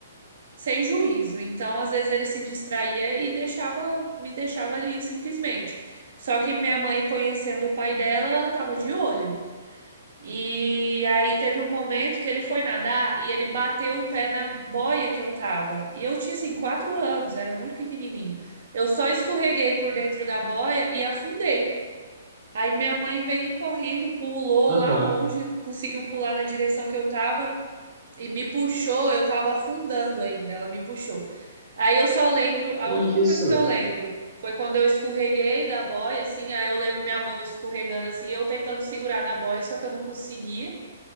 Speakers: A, on the right; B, on the right.
A: sem juízo. Então, às vezes ele se distraía e deixava, me deixava ali simplesmente. Só que minha mãe, conhecendo o pai dela, ela tava de olho. E aí teve um momento que ele foi nadar e ele bateu o pé na boia que eu tava. E eu tinha assim quatro anos, era muito pequenininha. Eu só escorreguei por dentro da boia e afundei. Aí minha mãe veio correndo, pulou
B: aham.
A: lá longe, conseguiu pular na direção que eu tava e me puxou. Eu tava afundando ainda, ela me puxou. Aí eu só lembro, a
B: Que
A: única
B: isso?
A: coisa que eu lembro foi quando eu escorreguei da boia, assim. Aí eu lembro minha mão escorregando, assim, eu tentando segurar na boia, só que eu não conseguia.